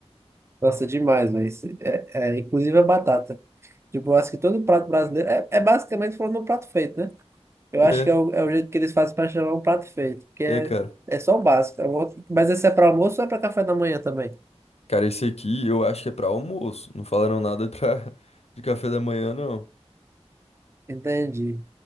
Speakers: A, on the right; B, on the left.
A: Nossa, demais, velho. Isso É, é, inclusive a batata. Tipo, eu acho que todo prato brasileiro é, é basicamente falando um prato feito, né? Eu acho
B: É,
A: que é o, é o jeito que eles fazem para chamar um prato feito, porque
B: é,
A: é,
B: cara.
A: é só o básico. É um outro- mas esse é para almoço ou é para café da manhã também?
B: Cara, esse aqui eu acho que é pra almoço. Não falaram nada pra, <laughs> de café da manhã, não.
A: Entendi.